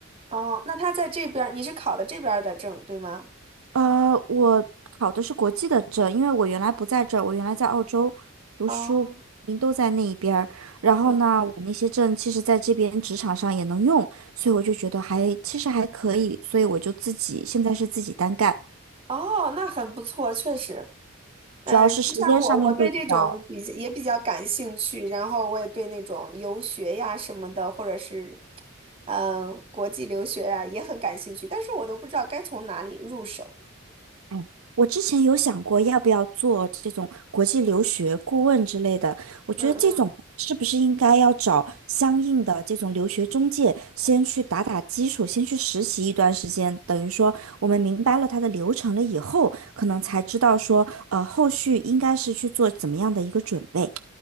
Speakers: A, on the right; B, on the right.
A: 哦，那他在这边儿，你是考的这边儿的证，对吗？
B: 呃，我考的是国际的证，因为我原来不在这儿，我原来在澳洲读书，
A: 哦，
B: 您都在那一边儿。然后呢，
A: 嗯，
B: 我那些证其实在这边职场上也能用，所以我就觉得还其实还可以，所以我就自己现在是自己单干，
A: 哦，那很不错，确实。嗯，
B: 主要是时间上面会比较
A: 就像我，我对这种比也比较感兴趣，然后我也对那种游学呀什么的，或者是嗯国际留学呀也很感兴趣，但是我都不知道该从哪里入手。
B: 哎，我之前有想过要不要做这种国际留学顾问之类的，我觉得这种是不是应该要找相应的这种留学中介，
A: 嗯
B: 先去打打基础，先去实习一段时间，等于说我们明白了它的流程了以后，可能才知道说，呃，后续应该是去做怎么样的一个准备。